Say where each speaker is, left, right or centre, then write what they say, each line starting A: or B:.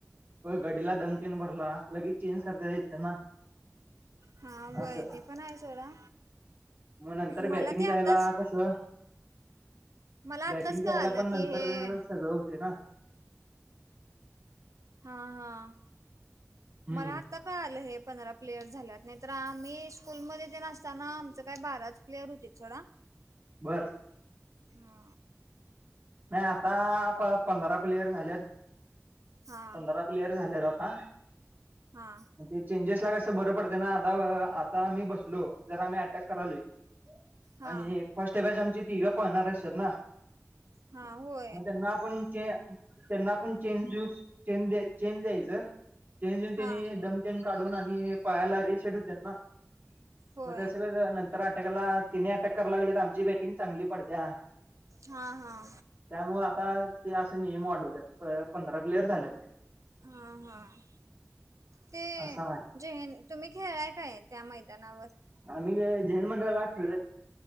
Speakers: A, on the right; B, on the right.
A: प गडीला दमकीन भरला लगेच चेंज करता येतं ना
B: हा व्हय
A: असं
B: ते पण आहे सोडा.
A: मग नंतर
B: मला
A: बॅटिंग
B: ते
A: जायला
B: आताच
A: कसं
B: मला
A: बॅटिंग
B: आत्ताच
A: जायला
B: कळालं
A: पण नंतर
B: की हे
A: सगळं होते ना
B: हा हा
A: हम्म
B: मला त कळ आलं हे पंधरा प्लेयर्स झाल्यात नाही तर आम्ही स्कूलमध्ये ते असताना आमचं काय बाराच प्लेअर होतेत सोडा
A: बरं.
B: हा.
A: नाही आता पंध पंधरा प्लेयर झालेत
B: हा
A: पंधरा प्लेयर झालेत आता
B: हा.
A: ते चेंजेस ला कसं बरं पडते ना आता अह आ ता आम्ही बसलो जरा आम्ही अटॅक करायलोय
B: हा
A: आणि फर्स्ट बॅच आमची तिघं पहणार असात ना
B: हा हो
A: मग त्यांना आपण ते त्यांना पण चेंज देऊ चेंज चेंज द्यायचं चेंज देऊन त्यांनी
B: हा
A: दम त्यां काढून आणि पायाला रीसेट होत्यात ना.
B: होय
A: मग तसं नंतर अटॅकाला तिने अटॅक करायला लागले तर आमची बॅटिंग चांगली पडते्या
B: हां हां
A: त्यामुळें आतां ते असे नियम वाढवलेतं पंधरा प्लेयर झालेतं
B: हां हां ते
A: असं आहे
B: जे तुम्हीं खेळांय कायं त्यां मैदानांवर
A: आम्हीं झेनं मंडळलं